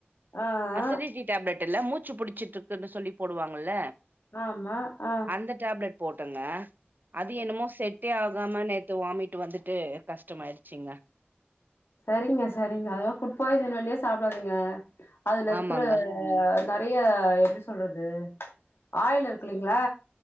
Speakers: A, on the left; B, on the right.
A: ஆ ஆ
B: அசிரட்டி டேப்லெட் <unintelligible> மூச்சு புடிச்சிட்ருக்குனு சொல்லி போடுவாங்கல்ல
A: ஆமா ஆஹ்
B: அந்த டேப்லெட் போட்டங்க அது என்னமோ செட்டே ஆகாம நேத்து வாமிட் விட்டு வந்துட்டு கஷ்டமாய்டுச்சிங்க
A: சரிங்க சரிங்க அதுல புட் பாய்சன் வெளிய சாப்டாதீங்க அதுல இருக்ற
B: ஆமாங்க
A: நெறைய எப்டி சொல்றது ஆயில் இருக்லீங்ளா